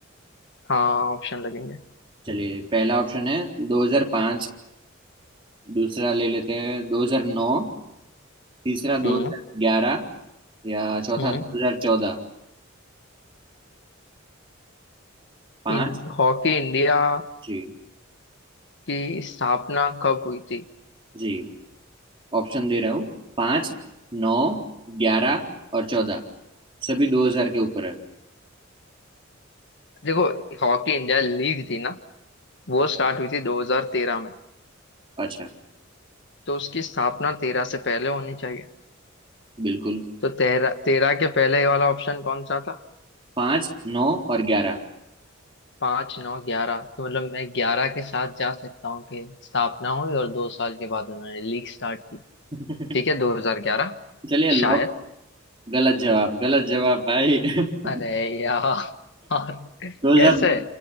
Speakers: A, on the left; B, on the right.
A: हाँ ऑप्शन लगेंगे
B: चलिए पहला ऑप्शन है 2005 दूसरा ले लेते हैं 2009 तीसरा 2011
A: हम्म
B: या चौथा
A: हम्म
B: 2014 पाँच
A: इन हॉकी इंडिया
B: जी
A: की स्थापना कब हुई थी
B: जी ऑप्शन दे रहा हूँ पाँच नौ ग्यारह और चौदह सभी दो हजार के ऊपर है
A: देखो हॉकी इंडिया लीग थी ना वो स्टार्ट हुई थी 2013 में
B: अच्छा
A: तो उसकी स्थापना तेरह से पहले होनी चाहिए
B: बिल्कुल
A: तो तेरह तेरह के पहले वाला ऑप्शन कौन सा था
B: पाँच नौ और ग्यारह
A: पाँच नौ ग्यारह तो मतलब मैं ग्यारह के साथ जा सकता हूँ कि स्थापना हुई और दो साल के बाद उन्होंने लीग स्टार्ट की
B: <laughs>
A: ठीक है 2011
B: चलिए लॉक
A: शायद
B: गलत जवाब गलत जवाब भाई <laughs>
A: अरे यार <laughs>
B: दो हजार
A: कैसे